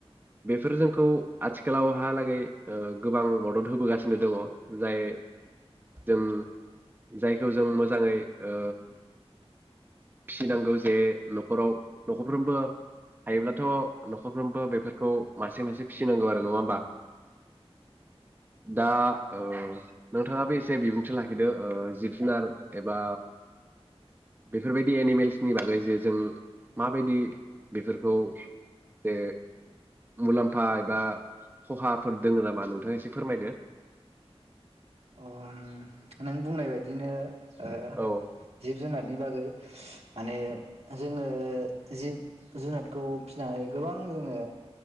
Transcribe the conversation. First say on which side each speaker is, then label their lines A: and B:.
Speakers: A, on the right; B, on the right.
A: बेफोर जोंखौ आथिखालावहालागै गोबां मदद होबोगासिनो दङ। जाय जों
B: औ
A: जाय खौ जों मोजाङै ओ फिसिनांगौ जे न'खराव न'खरफ्रोमबो हायोब्लाथ' न'खरफ्रोमबो बेफोरखौ मासे मासे फिसिनांगौ आरो नङा होमबा दा ओ नोंथाङाबो एसे बिबुंथि लाखिदो ओ जिब जुनार एबा बेफोरबायदि एनिमेल्सनि बागै जे जों माबायदि बेफोरखौ जे मुलाम्फा एबा खहाफोर दोङो नामा नोंथाङा एसे फोरमायदो
B: अ उम नों बुंनाय बायदिनो ओ
A: औ
B: जिब जुनारनि बागै माने जोङो जिब जुनादखौ फिसिनानै गोबां जोङो